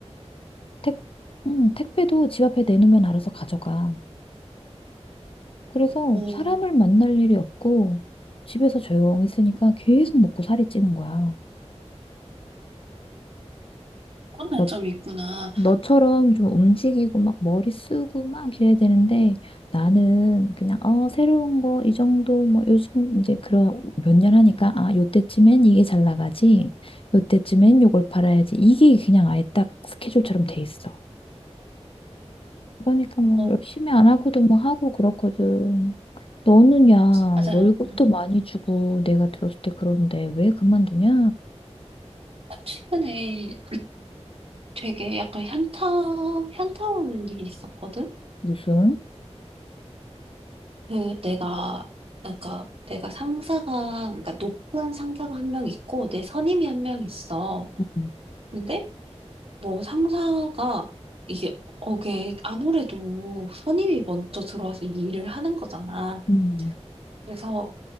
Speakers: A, on the left (about 55°); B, on the right (about 55°).
A: 택, 음, 택배도 집 앞에 내놓으면 알아서 가져가. 그래서
B: 어,
A: 사람을 만날 일이 없고 집에서 조용히 있으니까 계속 먹고 살이 찌는 거야.
B: 그런 단점이
A: 너,
B: 있구나.
A: 너처럼 좀 움직이고 막 머리 쓰고 막 이래야 되는데 나는 그냥 어, 새로운 거 이 정도 뭐 요즘 이제 그런 몇 년 하니까 아, 요때쯤엔 이게 잘 나가지. 요때쯤엔 요걸 팔아야지. 이게 그냥 아예 딱 스케줄처럼 돼 있어. 그러니까 뭐
B: 어,
A: 열심히 안 하고도 뭐 하고 그렇거든. 너는 야,
B: 맞아.
A: 월급도 많이 주고 내가 들었을 때 그런데 왜 그만두냐?
B: 나 최근에 되게 약간 현타, 현타 오는 일이 있었거든?
A: 무슨?
B: 그 내가 그러니까 내가 상사가 그러니까 높은 상사가 한 명 있고 내 선임이 한 명 있어.
A: 음,
B: 근데 뭐 상사가 이게 어게 아무래도 선임이 먼저 들어와서 이 일을 하는 거잖아.
A: 음,
B: 그래서